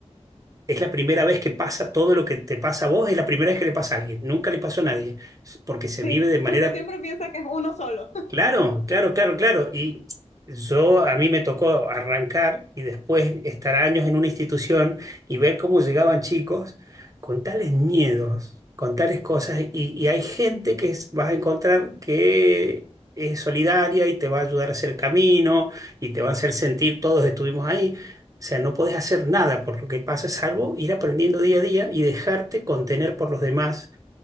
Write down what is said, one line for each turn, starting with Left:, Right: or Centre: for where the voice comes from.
Right: es la primera vez que pasa todo lo que te pasa a vos, es la primera vez que le pasa a alguien, nunca le pasó a nadie, porque se
Left: Sí,
Right: vive de manera
Left: uno siempre piensa que es uno solo.
Right: Claro, claro, claro, claro. Y yo a mí me tocó arrancar y después estar años en una institución y ver cómo llegaban chicos con tales miedos, con tales cosas. Y, y hay gente que es- vas a encontrar que es solidaria y te va a ayudar a hacer camino y te va a hacer sentir todos estuvimos ahí. O sea, no podés hacer nada por lo que pasa, salvo ir aprendiendo día a día y dejarte contener por los demás